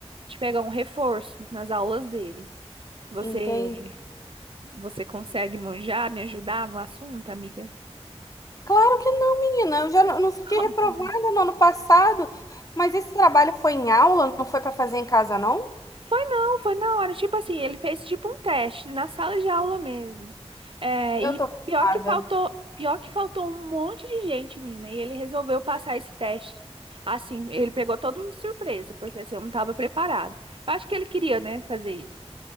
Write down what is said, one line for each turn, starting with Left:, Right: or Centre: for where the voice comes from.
Right: de pegar um reforço nas aulas dele. Você,
Left: Entendi.
Right: você consegue manjar, me ajudar no assunto, amiga?
Left: Claro que não, menina. Eu já não, não fiquei
Right: <laughs> Amiga.
Left: reprovada no ano passado, mas esse trabalho foi em aula, não foi para fazer em casa, não?
Right: Foi não, foi na hora. Tipo assim, ele fez tipo um teste na sala de aula mesmo. É,
Left: Eu
Right: e
Left: tô frustrada.
Right: pior que faltou, pior que faltou um monte de gente, mina, e ele resolveu passar esse teste. Assim, ele pegou todo mundo de surpresa, porque assim, eu não estava preparado. Eu acho que ele queria, né, fazer isso,